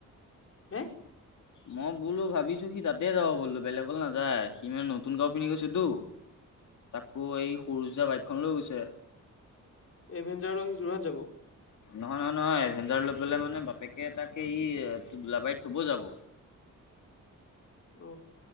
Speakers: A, on the left; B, on the left.
A: হে
B: মই বোলো ভাবিছো সি তাতে যাব বোলো বেলেগলৈ নাযায়, সি মানে নতুন কাপোৰ পিন্ধি গৈছেতো। তাকো এই সৰু যা বাইকখন লৈ গৈছে।
A: এভেঞ্জাৰো আহি যোৰহাট যাব।
B: নহয় নহয় নহয় এভেঞ্জাৰ লৈ পেলাই মানে বাপেকে তাকে ই দোলাবাৰীত থব যাব।
A: অ,